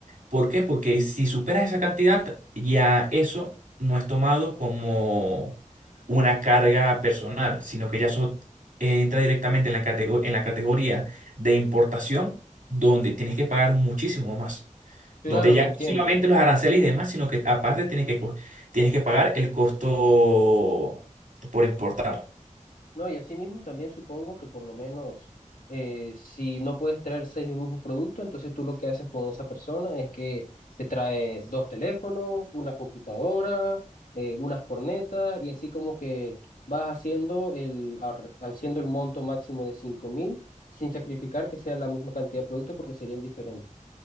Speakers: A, on the right (about 80°); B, on the left (about 85°).
A: ¿Por qué? Porque si superas esa cantidad, ya eso no es tomado como una carga personal, sino que ya eso eh, entra directamente en la catego- en la categoría de importación, donde tienes que pagar muchísimo más.
B: Claro,
A: Donde ya
B: te entiendo.
A: no solamente los aranceles y demás, sino que aparte tienes que, co- tienes que pagar el costo por importar.
B: No, y asimismo también supongo que por lo menos eh, si no puedes traer seis de un mismo producto, entonces tú lo que haces con esa persona es que te trae dos teléfonos, una computadora, eh, unas cornetas y así como que vas haciendo el, ar- haciendo el monto máximo de cinco mil sin sacrificar que sea la misma cantidad de productos porque serían diferentes.